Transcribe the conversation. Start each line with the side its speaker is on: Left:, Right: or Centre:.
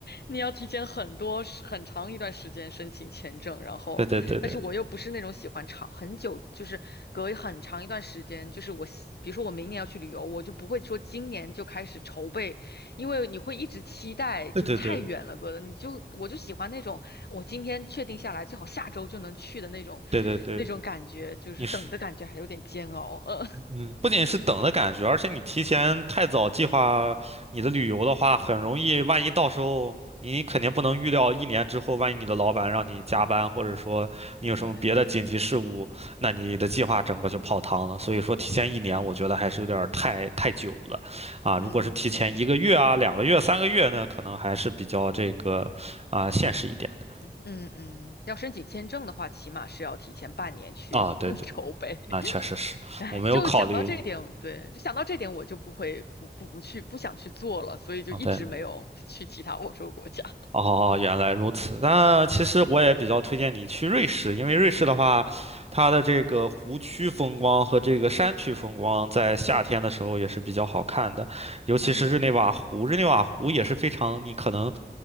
Left: 你要提前很多时很长一段时间申请签证，然后但是我又不是那种喜欢长很久，
Right: 对对对对对
Left: 就是隔很长一段时间，就是我喜比如说我明年要去旅游，我就不会说今年就开始筹备。因为你会一直期待，就是太远了，
Right: 对
Left: 哥的，你就我就喜欢那种我今天确定下来，最好下周就能去的那种，
Right: 对对对对，
Left: 那种感觉，就是等的感觉还有点煎熬。
Right: 你是。
Left: 呃，
Right: 嗯，嗯不仅是等的感觉，而且你提前太早计划你的旅游的话，很容易，万一到时候你肯定不能预料一年之后，万一你的老板让你加班，或者说你有什么别的紧急事务，
Left: <laughs> 对
Right: 那你的计划整个就泡汤了。所以说，提前一年，
Left: 对，
Right: 我觉得还是有点儿太太久了，啊，如果是提前一个月啊、
Left: 嗯
Right: 两个月、三个月呢，可能还是比较这个啊现实一点的。
Left: 嗯嗯嗯，要申请签证的话，起码是要提前半年去
Right: 啊，对对，
Left: <laughs> 筹备。
Right: 那确实是我没有考虑
Left: 哎，就想到这一点，对，就想到这点，我就不会不不不去不想去做了，所以就一直没有去其他欧洲国家。
Right: 啊，对。
Left: <laughs>
Right: 哦，哦哦原来如此。那其实我也比较推荐你去瑞士，因为瑞士的话，它的这个湖区风光和这个山区风光，在夏天的时候也是比较好看的，尤其是日内瓦湖。
Left: 嗯
Right: 日内瓦湖也是非常，你可能，